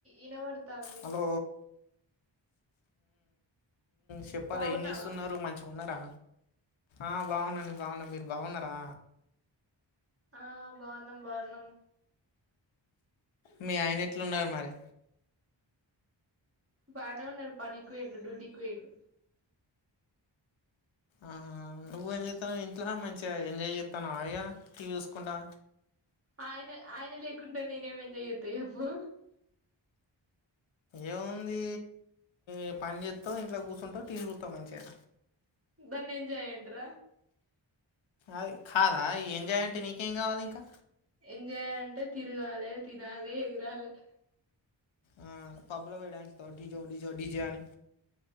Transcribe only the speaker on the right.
ఇనబడుతాంది
బాగున్నావా
ఆ బావున్నం బావున్నం
బానే ఉన్నడు పనికి పోయిండు డ్యూటీకి వోయిండు.
ఆయన ఆయన లేకుంటే నేనేం ఎంజాయ్ చేత్తా చెప్పు.
దాన్ని ఎంజాయ్ అంటరా.
ఎంజాయ్ అంటే తిరగాలే, తినాలే ఎగురాలే